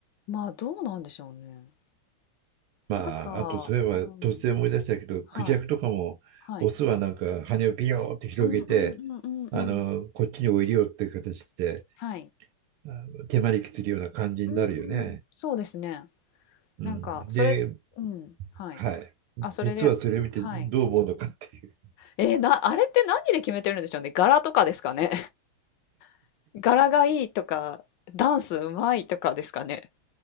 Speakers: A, on the left; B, on the right.
A: まあどうなんでしょうね。
B: まあ、
A: なんか、
B: あとそういえば突然思い出したけど、
A: うん、
B: クジャクとかも、
A: はい、はい。
B: オスはなんか羽をビヨーって広げて、
A: うんうんうんうんうん。
B: あの、こっちにおいでよっていう形で、
A: はい。
B: あ手招きするような感じになるよね。
A: うんうん。そうですね。
B: うん、
A: なんか、それ、
B: で、
A: うん、はい。
B: はい。
A: あ、それで、
B: メスはそれを見てどう思うのかっていう。
A: はい。えーな、あれって何で決めてるんでしょうね。柄とかですかね。<laughs> 柄がいいとか、ダンスうまいとかですかね。